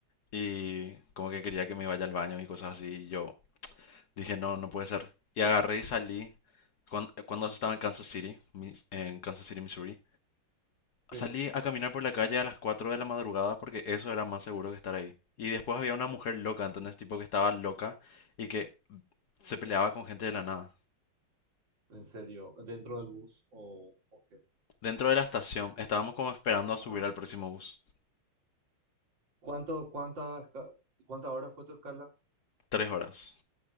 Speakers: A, on the left; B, on the right.
A: y como que quería que me vaya al baño y cosas así. Y yo dije, no, no puede ser. Y agarré y salí cuan- cuando, eso estaba en Kansas City, Mis- en Kansas City, Missouri.
B: Sí.
A: Salí a caminar por la calle a las 4 de la madrugada porque eso era más seguro que estar ahí. Y después había una mujer loca, ¿entendés? Tipo que estaba loca y que se peleaba con gente de la nada.
B: ¿En serio? ¿Dentro del bus o, o qué?
A: Dentro de la estación estábamos como esperando a subir
B: Ah,
A: al
B: ok.
A: próximo bus.
B: ¿Cuánto, cuántas, cuántas horas fue tu escala?
A: Tres horas.